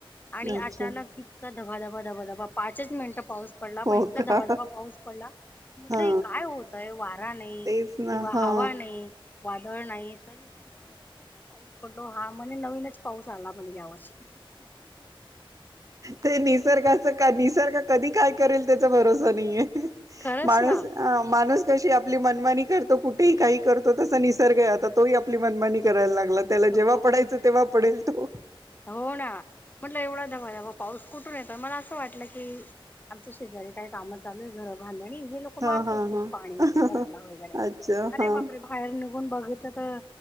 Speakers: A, on the right; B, on the left.
A: हम्म.
B: आणि अचानक
A: अच्छा
B: इतका धबाधबा- ध धब धबा पाचच मिनिटं पाऊस पडला. पण
A: हो
B: इतका
A: का
B: धबाधबा पाऊस पडला म्हटल
A: हा
B: हे काय होतय? वारा नाही
A: तेच ना
B: किंवा
A: हा
B: हवा नाही. वादळ नाही. तरी सुद्धा कस काय पाऊस पडतो. हा. म्हणे नवीनच पाऊस आला म्हणे या वर्षी.
A: ते निसर्गाच- का निसर्ग कधी काय करेल? त्याचा भरोसा नाहीय.
B: खरंच
A: माणूस-
B: ना
A: आ. माणूस कशी आपली मनमानी करतो. कुठेही काहीही करतो. तसा निसर्ग आहे आता. तोही - आपली मनमानी करायला लागला. त्याला
B: हो
A: जेव्हा पडायचं तेव्हा पडेल तो.
B: हो ना? म्हटलं एवढा धबाधबा पाऊस कुठून येतो? मला असं वाटलं की- आमच्या शेजारी काय काम चालूय घर बांधणी <unintelligible> ते
A: हा
B: मारत
A: हा
B: असत्यात
A: हा
B: पाणी. <unintelligible>
A: अच्छा
B: अरे
A: हा.
B: बापरे! बाहेर निघून बघितलं तर,